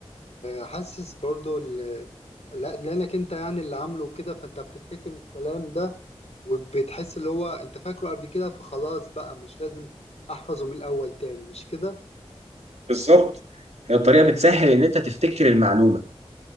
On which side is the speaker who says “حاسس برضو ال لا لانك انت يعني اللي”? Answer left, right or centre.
Left